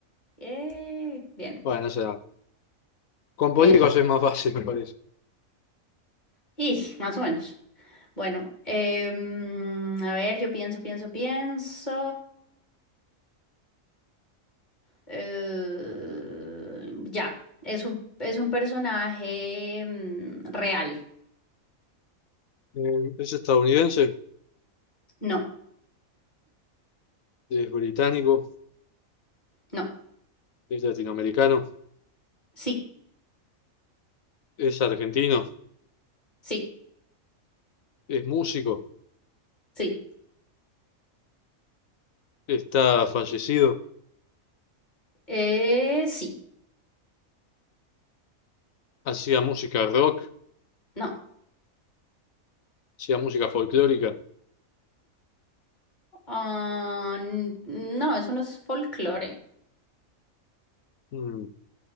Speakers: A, on the left; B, on the left.
A: Eh, bien,
B: Bueno, no se da. Con políticos
A: bien.
B: es más fácil, me parece.
A: Y más o menos. Bueno, em, a ver, yo pienso, pienso, pienso. Eh, ya, es un, es un personaje mm, real.
B: Eh, es estadounidense,
A: No,
B: es británico,
A: no.
B: es latinoamericano,
A: Sí,
B: es argentino,
A: sí,
B: es músico,
A: sí.
B: está fallecido,
A: Eh, sí,
B: hacía música rock,
A: no.
B: hacía música folclórica,
A: Ah, n- no, eso no es folclore.
B: mm,